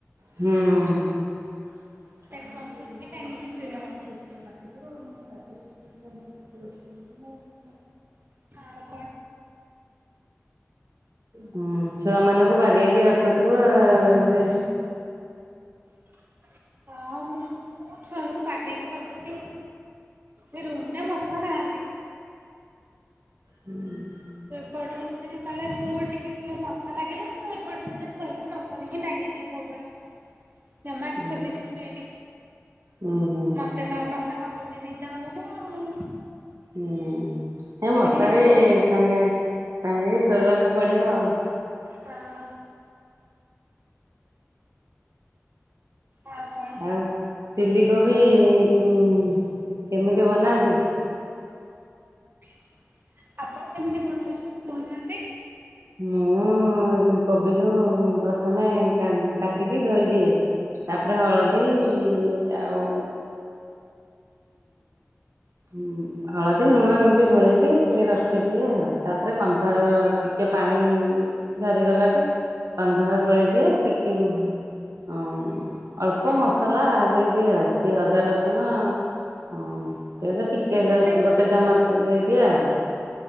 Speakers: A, on the right; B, on the right.
A: ହୁଁ। ଛଅ ମିନିଟ୍ ଝିପି
B: ତେଣୁ ବାସୁରିକି
A: ଝିପି
B: ଟାଙ୍ଗିକି
A: ବର୍ଷା ଦିନ
B: ଶୋଇବା
A: ହେଇଥିବ
B: କଥା
A: ଟିକେ <unintelligible> ରଖିଥିବ ମାନେ ଗାଧେଇକି <unintelligible> ମାନେ
B: <inaudible>
A: ହଁ ଛୁଆ ମାନଙ୍କୁ ବାଗେଇକି ରକ୍ ହଉଥିବ ଆଉ ହେଲେ
B: <inaudible> ହଁ ମୁଁ ମୋ ଛୁଆଙ୍କୁ ବାଗେଇକି ରଖୁଛି। ଏ ରୁମଟା ମଶା ନାହାଁନ୍ତି।
A: ହୁଁ।
B: ଏପଟ ରୁମ୍ ରେ ତଳେ ଶୋଉ ଟିକେ ଟିକେ ମଶା ଲାଗିଲେ ମୁଁ ଏପଟ ରୁମ୍ ରେ ଶୋଇଲେ ମଶାରୀଟା ଟାଙ୍ଗି ଦିଏ ସବୁବେଳେ। ଜମାକି
A: ଉଁ
B: ସେମିତି ଶୁଏନି
A: ହୁଁ ହୁଁ
B: ମତେ ତ ମଶା କାମୁଡିଲେ ନିଦ ହବନେଇ ଆଉ
A: ହୁଁ ଏ ମଶାରୀ
B: ସେମିତି ଶୋଉ।
A: ଟାଙ୍ଗେ ଟାଙ୍ଗିକି ଶୋଇବାକୁ ପଡିବ ଆଉ
B: ହଁ। ଆଉ କଣ
A: ଆଉ ଚିଲି କୋବି କିମ୍ କେମିତି ବନାନ୍ତି?
B: <unintelligible> ଆପଣ କେମିତି ଭଲ ହେଲେ କହୁନାହାନ୍ତି?
A: ମୁଁ କୋବିକୁ ପ୍ରଥମେ <unintelligible> କାଟିକି ଧୋଇଦିଏ ତାପରେ ହଳଦୀ ଆଉ ହୁଁ ହଳଦୀ ଲୁଣ ଏମିତି ଗୋଳେଇକି ଟିକେ ରଖିଦିଏ, ଆଉ ତାପରେ କନଫାଓ୍ବାର ଟିକେ ପାଣି ଝରିଗଲାଠୁ କନଫାଓ୍ବାର ଗୋଳେଇ ଦିଏ ଟିକେ ହଁ ଅଳ୍ପ ମସଲା ଦେଇଦିଏ, ଆଉ ଅଦା ରସୁଣ ହଁ ପିଆଜ ଟିକେ
B: ପେଷ୍ଟେ
A: ଜଷ୍ଟ୍ ଗୋଟେ ଚାମଚ ଦେଇଦିଏ ଆଉ